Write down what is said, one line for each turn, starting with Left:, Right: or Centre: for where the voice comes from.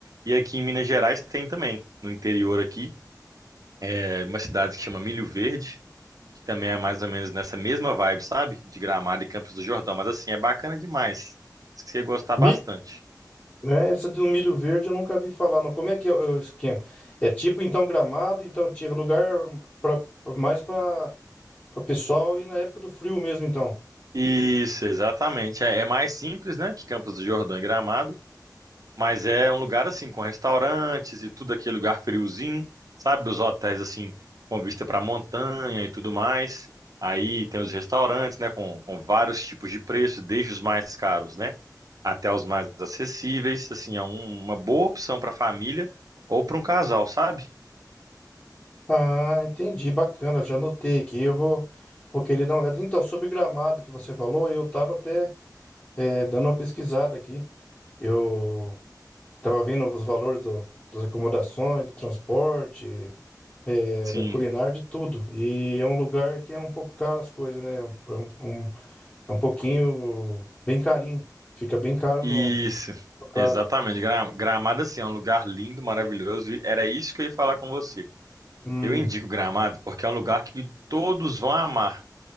Right: e aqui em Minas Gerais tem também, no interior aqui, é uma cidade que chama Milho Verde, que também é mais ou menos nessa mesma vibe, sabe? De Gramado e Campos do Jordão, mas assim, é bacana demais. Acho que você ia gostar
Left: Mi...
Right: bastante.
Left: né, Essa do milho verde eu nunca vi falar. Não. Como é que é o o esquema? É tipo então Gramado, então tipo lugar pra, mais para o pessoal ir na época do frio mesmo, então.
Right: Isso, exatamente. É, é mais simples, né, que Campos do Jordão e Gramado, mas é um lugar assim com restaurantes e tudo aquele lugar friozinho, sabe? Os hotéis assim com vista para montanha e tudo mais. Aí tem os restaurantes, né, com, com vários tipos de preço, desde os mais caros, né, até os mais acessíveis. Assim, é um- uma boa opção para família ou para um casal, sabe?
Left: Ah, entendi, bacana, já anotei aqui. Eu vou, vou querer dar uma olhada. Então, sobre gramado que você falou, eu estava até eh, dando uma pesquisada aqui. Eu estava vendo os valores do- das acomodações, do transporte, eh,
Right: Sim,
Left: da culinária, de tudo. E é um lugar que é um pouco caro as coisas, né? É um, é um- um, é um pouquinho bem carinho, fica bem caro
Right: isso,
Left: no, no caso.
Right: exatamente. Gra- Gramado, assim, é um lugar lindo, maravilhoso, e era isso que eu ia falar com você.
Left: Hum.
Right: Eu indico Gramado porque é um lugar que todos vão amar,